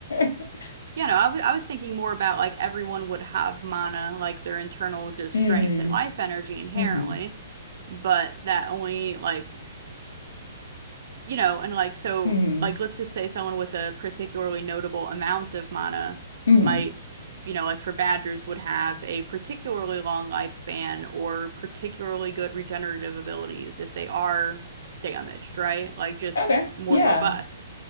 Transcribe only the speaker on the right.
Yeah, no, I w- I was thinking more about like everyone would have mana, like their internal just
strength and life energy inherently,
but that only like you know, and like so
like let's just say someone with a particularly notable amount of mana
might, you know, like for badgers would have a particularly long lifespan or particularly good regenerative abilities if they are s- damaged, right? Like just
more
robust.